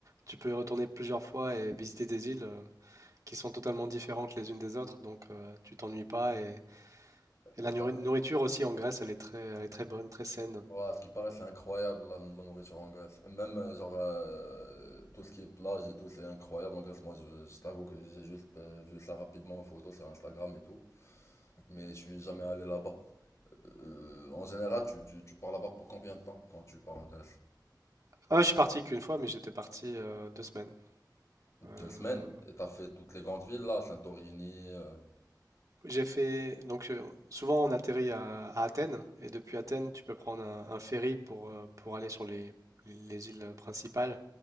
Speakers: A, on the right; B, on the left.
A: tu peux y retourner plusieurs fois et visiter des îles euh, qui sont totalement différentes les unes des autres. Donc euh, tu t'ennuies pas et, et
B: D'accord.
A: la nourri- nourriture aussi en Grèce, elle est très elle est très bonne, très saine.
B: Ouais, à ce qui paraît, c'est incroyable la, la nourriture en Grèce. Et même, euh, genre, euh, tout ce qui est plage et tout, c'est incroyable en Grèce. Moi, je, je t'avoue que j'ai juste euh, vu ça rapidement en photo sur Instagram et tout. Mais je suis jamais allé là-bas. Euh, en général, tu, tu, tu pars là-bas pour combien de temps quand tu pars en Grèce?
A: Ah, je suis parti qu'une fois, mais j'étais parti euh, deux semaines.
B: Deux
A: Euh,
B: semaines? Et t'as fait toutes les grandes villes là, Santorini. euh,
A: j'ai fait donc euh, souvent on atterrit à, à Athènes et depuis Athènes tu peux prendre un, un ferry pour euh, pour aller sur les les îles principales.